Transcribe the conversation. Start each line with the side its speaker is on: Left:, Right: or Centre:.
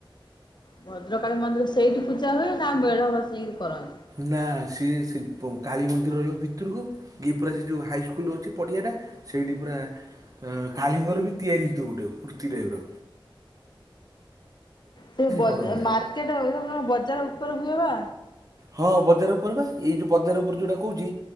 Left: ଭଦ୍ରକାଳୀ ମନ୍ଦିର ସେଇଠି ପୂଜା ହୁଏ ନା? ମେଢ ବସେଇକି କରନ୍
Right: ନା ସିଏ ସିପ କାଳୀ ମନ୍ଦିର ରହିବ ଭିତରକୁ। ଇଏ ପୁରା ସେ ଯୋଉ ହାଇସ୍କୁଲ୍ ଅଛି ପଡିଆଟା ସେଇଠି ପୁରା ଅଁ, କାଳିଙ୍କର ବି ତିଆରି ହେଇଥିବ ଗୋଟେ ମୂର୍ତ୍ତି ଟାଇପ୍ ର।
Left: ସେ ବଜ
Right: କରନ୍ତି
Left: ଏ ମାର୍କେଟ୍
Right: ସେ।
Left: <unintelligible> ବଜାର ଉପରେ ହୁଏ ବା।
Right: ହଁ ବଜାର ଉପରେ ପା। ଏଇ ଯୋଉ ବଜାର ଉପରେ ଯୋଉଟା କହୁଛି